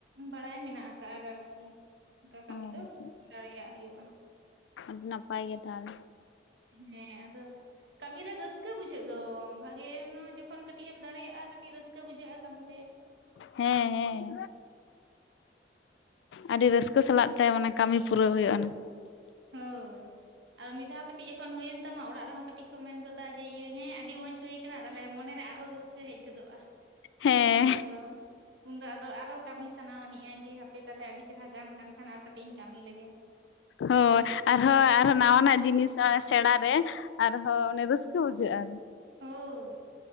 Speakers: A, on the right (about 85°); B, on the left (about 85°).
A: ᱵᱟᱲᱟᱭ ᱢᱮᱱᱟᱜ ᱟᱠᱟᱟᱜᱼᱟ ᱟᱨᱠᱤ ᱚᱱᱠᱟ ᱠᱟᱹᱢᱤ
B: ᱚ
A: ᱫᱚ
B: ᱟᱪᱪᱷᱟ
A: ᱫᱟᱲᱮᱭᱟᱜ ᱦᱩᱭᱩᱜᱼᱟ
B: ᱟᱹᱰᱤ ᱱᱟᱯᱟᱭ ᱜᱮ ᱛᱟᱦᱚᱞᱮ
A: ᱦᱮᱸ ᱟᱫᱚ ᱠᱟᱹᱢᱤᱨᱮ ᱨᱟᱹᱥᱠᱟᱹ ᱵᱩᱡᱷᱟᱹᱜ ᱫᱚ᱾ ᱵᱷᱟᱜᱮ ᱡᱚᱠᱷᱚᱱ ᱠᱟᱹᱴᱤᱡ ᱮᱢ ᱫᱟᱲᱮᱭᱟᱜᱼᱟ ᱠᱟᱹᱴᱤᱡ ᱨᱟᱹᱥᱠᱟᱹ ᱵᱩᱡᱷᱟᱹᱜᱼᱟ ᱠᱟᱹᱢᱤ ᱨᱮ
B: ᱦᱮᱸ ᱦᱮᱸ ᱟᱹᱰᱤ ᱨᱟᱹᱥᱠᱟᱹ ᱥᱟᱞᱟᱜ ᱛᱮ ᱚᱱᱟ ᱠᱟᱹᱢᱤ ᱯᱩᱨᱟᱹᱣ ᱦᱩᱭᱩᱜᱼᱟ ᱚᱱᱟ <inaudible>
A: ᱦᱳᱭ ᱟᱫᱚ ᱢᱤᱫ ᱫᱷᱟᱣ ᱠᱟᱹᱴᱤᱡ ᱡᱚᱠᱷᱚᱱ ᱦᱩᱭᱮᱱ ᱛᱟᱢᱟ ᱚᱲᱟᱜ ᱨᱮᱦᱚᱸ ᱠᱟᱹᱴᱤᱡ ᱠᱚ ᱢᱮᱱ ᱜᱚᱫᱟ ᱡᱮ ᱤᱭᱟᱹ ᱦᱮᱸ ᱟᱹᱰᱤ ᱢᱚᱸᱡᱽ ᱦᱩᱭ ᱟᱠᱟᱱᱟ ᱛᱟᱦᱚᱞᱮ ᱢᱚᱱᱮ ᱟᱨᱚ ᱨᱟᱹᱥᱠᱟᱹ ᱦᱮᱡ ᱜᱚᱫᱚᱜᱼᱟ
B: ᱦᱮᱸ
A: ᱟᱫᱚ ᱩᱱᱫᱚ ᱟᱫᱚ ᱟᱨᱦᱚ ᱠᱟᱹᱢᱤ ᱥᱟᱱᱟ ᱟᱹᱱᱤᱡᱼᱟ ᱡᱮ ᱦᱟᱯᱮ ᱛᱟᱦᱚᱞᱮ ᱟᱹᱰᱤ ᱪᱮᱨᱦᱟ ᱜᱟᱱ ᱠᱟᱱ ᱠᱷᱟᱱ ᱟᱨ ᱠᱟᱹᱴᱤᱡ ᱤᱧ ᱠᱟᱹᱢᱤ ᱞᱮᱜᱮ ᱾
B: ᱦᱳᱭ ᱟᱨ ᱦᱚᱸ ᱟᱨ ᱦᱚᱸ ᱱᱟᱣᱟᱱᱟᱜ ᱡᱤᱱᱤᱥ ᱥᱮᱬᱟ ᱨᱮ ᱟᱨᱦᱚᱸ ᱚᱱᱮ ᱨᱟᱹᱥᱠᱟᱹ ᱵᱩᱡᱷᱟᱹᱜᱼᱟ
A: ᱦᱳᱭ